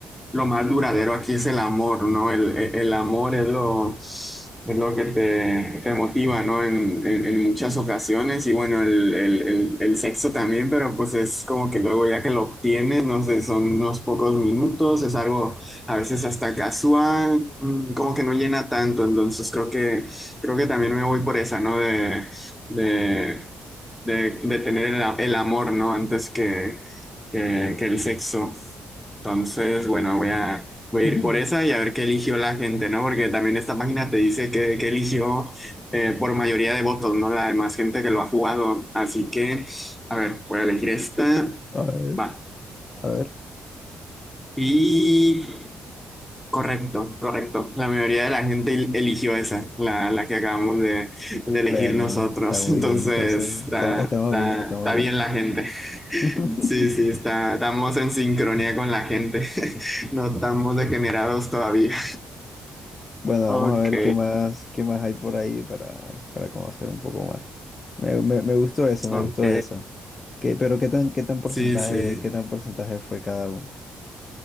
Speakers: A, in the centre; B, on the left (about 30°).
A: lo más duradero aquí es el amor, ¿no? El, el- el amor es lo, es lo que te, te motiva, ¿no? En, en- en muchas ocasiones y bueno, el, el- el- el sexo también, pero pues es como que luego ya que lo obtienes, no sé, son unos pocos minutos, es algo a veces hasta casual, mm, como que no llena tanto, entonces creo que creo que también me voy por esa, ¿no? De, de, de, de tener el, a- el amor, ¿no? Antes que, que, que el sexo. Entonces, bueno, voy a, voy
B: <laughs>
A: a
B: Ujú.
A: ir por esa y a ver qué eligió la gente, ¿no? Porque también esta página te dice que, que eligió eh, por mayoría de votos, ¿no? La demás gente que lo ha jugado. Así que, a ver, voy a elegir esta.
B: A ver,
A: Va.
B: a ver.
A: Y Correcto, correcto. La mayoría de la gente el- eligió esa, la, la que acabamos de, de
B: Bueno,
A: elegir nosotros.
B: eso está muy
A: <laughs> Entonces,
B: bien, entonces esta-
A: está,
B: estamos
A: está,
B: bien, estamos
A: está
B: bien.
A: bien la gente. <laughs>
B: <laughs>
A: Sí, sí, está, estamos en sincronía con la gente. <laughs> No estamos degenerados todavía.
B: Bueno, vamos
A: Ok,
B: a ver qué más, qué más hay por ahí para, para conocer un poco más. Me, me- me gustó eso, me
A: ok.
B: gustó esa. ¿Qué, pero qué tan, qué tan porcentaje,
A: Sí, sí.
B: qué tan porcentaje fue cada uno?